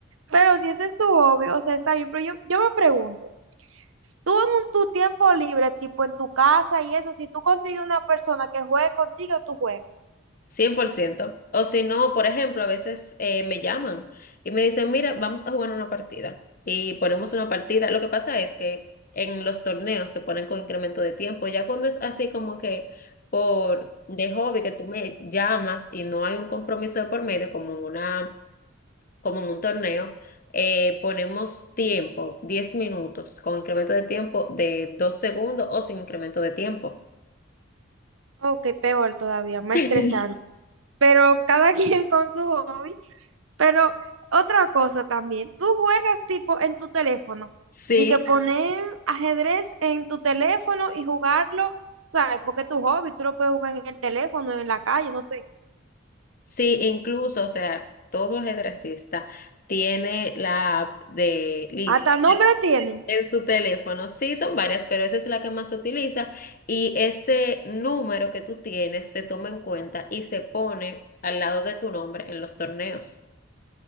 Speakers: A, on the right; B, on the left.
A: pero si ese es tu hobby, o sea, está bien, pero yo, yo me pregunto, tú en un- tu tiempo libre, tipo en tu casa y eso, si tú consigues una persona que juegue contigo, tú juegas.
B: cien por ciento O si no, por ejemplo, a veces eh, me llaman y me dicen, mira, vamos a jugar una partida. Y ponemos una partida. Lo que pasa es que en los torneos se ponen con incremento de tiempo. Ya cuando es así como que por de hobby que tú me llamas y no hay un compromiso de por medio, como en una, como en un torneo, eh, ponemos tiempo, 10 minutos, con incremento de tiempo de 2 segundos o sin incremento de tiempo.
A: Ok, peor todavía, más
B: <laughs>
A: estresante. Pero cada <laughs> quien con su hobby. Pero otra cosa también, tú juegas tipo en tu teléfono,
B: Sí,
A: de que poner ajedrez en tu teléfono y jugarlo, ¿sabes? Porque es tu hobby, tú lo puedes jugar en el teléfono, en la calle, no sé.
B: Sí, incluso, o sea, todo ajedrecista tiene la app de Lichess
A: Hasta nombre tienen.
B: en su teléfono. Sí, son varias, pero esa es la que más se utiliza y ese número que tú tienes se toma en cuenta y se pone al lado de tu nombre en los torneos.